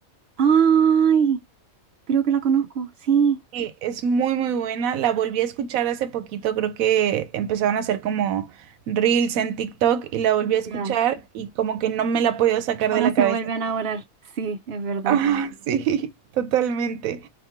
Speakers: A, on the right (about 60°); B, on the right (about 80°).
A: Ay, creo que la conozco, sí.
B: Sí, es muy muy buena. La volví a escuchar hace poquito, creo que empezaron a hacer como reels en TikTok y la volví a escuchar
A: Ya,
B: y como que no me la he podido sacar
A: uno
B: de la
A: se
B: cabeza.
A: vuelve a enamorar, sí, es verdad.
B: Ah, sí, <laughs> totalmente.